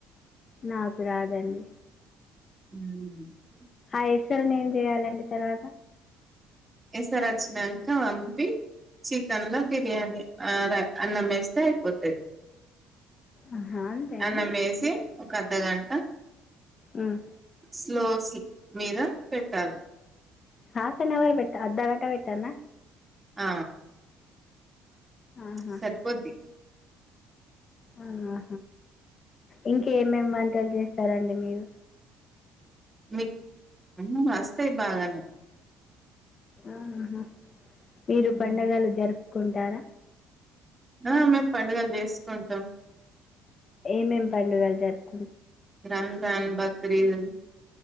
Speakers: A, on the left; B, on the right.
A: నాకు రాదండి
B: ఉహు
A: ఆ ఎసరును ఏం జేయాలండి తర్వాత
B: ఎసర వచ్చినాంక వంపి చికెన్ ల బిర్యానీ ఆడె అన్నం వేస్తే అయిపోతది
A: ఆహా అంతేనా
B: అన్నం వేసి ఒక అర్ధగంట
A: ఉమ్.
B: స్లోస్ మీద పెట్టాలి
A: హాఫ్ అన్ అవర్ పెట్ట అర్ధగంట పెట్టాన్న
B: ఆ
A: ఆహా
B: సరిపోద్ది
A: ఆహా ఇంకేమేమి వంటలు చేస్తారండి మీరు
B: మీకు వస్తాయి బాగానే
A: ఆహా మీరు
B: హ్మ్
A: పండుగలు జరుపుకుంటారా
B: ఆ మేము పండుగలు చేసుకుంటాం
A: ఏమేం పండుగలు జరుప్
B: రంజాన్ బక్రీదు